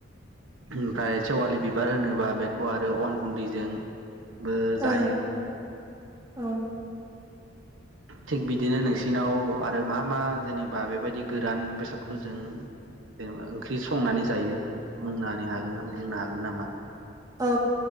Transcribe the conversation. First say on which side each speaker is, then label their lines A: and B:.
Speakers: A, on the right; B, on the right.
A: ओमफ्राय सेवालि बिबार होनोबा बेखौ आरो अन गुन्दैजों बो
B: ओं
A: जायो।
B: औ
A: थिग बिदिनो नोंसिनाव आरो मा मा जेनेबा बेबायदि गोरान बेसादफोरजों जेनेबा ओंख्रि संनानै जायो बुंनानै हागोन बुंनो हागोन नामा?
B: औ